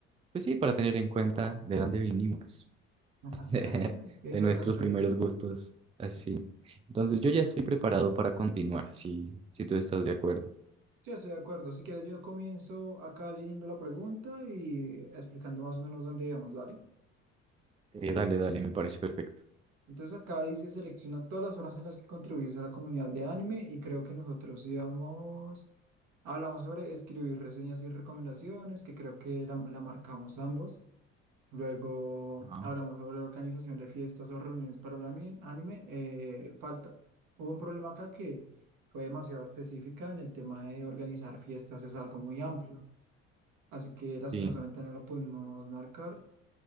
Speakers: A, on the right; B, on the right.
A: Pues sí, para tener en cuenta de dónde vinimos,
B: <laughs>
A: <laughs>
B: Tienes
A: de nuestros
B: razón.
A: primeros gustos, así. Entonces yo ya estoy preparado para continuar, si, si tú estás de acuerdo.
B: Sí, estoy de acuerdo. Si quieres, yo comienzo acá leyendo la pregunta y explicando más o menos dónde íbamos, ¿vale?
A: Eh, dale, dale, me parece perfecto.
B: Entonces acá dice selecciona todas las formas en las que contribuyes a la comunidad de anime y creo que nosotros íbamos, hablamos sobre escribir reseñas y recomendaciones, que creo que la, la marcamos ambos. Luego
A: Ah,
B: hablamos sobre organización de fiestas o reuniones para el ami- anime. Eh, falta, hubo un problema acá que fue demasiado específica en el tema de organizar fiestas, es algo muy amplio. Así que lastimosamente
A: Sí,
B: no lo pudimos marcar.